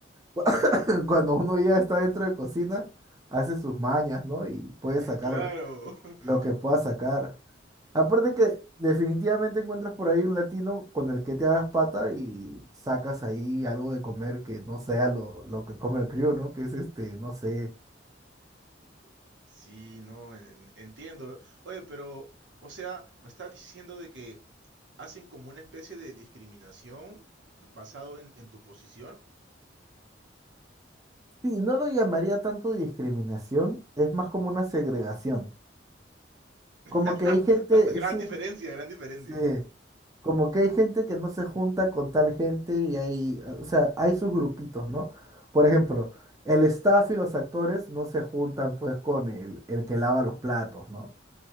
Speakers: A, on the right; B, on the right.
A: <coughs> <laughs> Cuando uno ya está dentro de cocina, hace sus mañas, ¿no? Y puede sacar
B: Claro. <laughs>
A: lo que pueda sacar. Aparte que definitivamente encuentras por ahí un latino con el que te hagas pata y sacas ahí algo de comer que no sea lo, lo que come el crío, ¿no? Que es este, no sé.
B: Sí, no, en- entiendo. Oye, pero, o sea, me estás diciendo de que hacen como una especie de discriminación basado en, en tu posición.
A: Sí, no lo llamaría tanto discriminación, es más como una segregación.
B: <laughs>
A: Como que hay gente,
B: Gran
A: sí,
B: diferencia, gran diferencia.
A: sí, como que hay gente que no se junta con tal gente y hay, o sea, hay sus grupitos, ¿no? Por ejemplo, el staff y los actores no se juntan pues con el, el que lava los platos, ¿no?